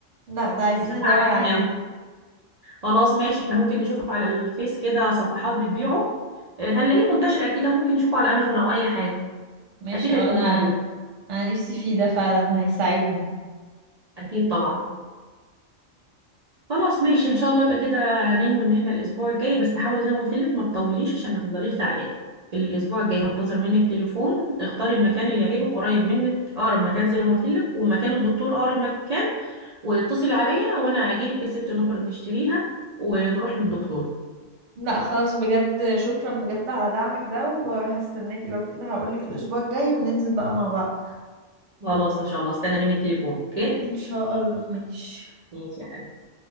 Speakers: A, on the right; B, on the right.
A: لا ده عايزين
B: بصراحه
A: ندور
B: عجبتني
A: عليه
B: قوي خلاص ماشي احنا ممكن نشوف على الفيس كده صفحات بتبيعه آه، هنلاقيه منتشر اكيد أو ممكن نشوفه على امازون او اي حاجه
A: ماشي
B: اكيد هيكون
A: اه انا
B: موجود
A: انا نفسي فيه ده فعلا هيساعدني
B: اكيد طبعا خلاص ماشي ان شاء الله يبقى كده ننوي ان احنا الاسبوع الجاي بس حاولي زي ما قلت لك ما تطوليش عشان ما تفضليش زعلانه الاسبوع الجاي هنتظر منك تليفون اختاري المكان اللي يعجبك قريب منك اقرب مكان زي ما قلت لك ومكان الدكتور اقرب مكان واتصلي عليا وانا اجي لك يا ست نخرج نشتريها ونروح للدكتور
A: لا خلاص بجد شكرا بجد على دعمك ده وهستناكي لو كده هقولك الأسبوع الجاي وننزل بقى مع بعض
B: خلاص ان شاء الله استنى منك تليفون اوكي
A: إن شاء الله ماشي
B: ماشي يا حبيبتي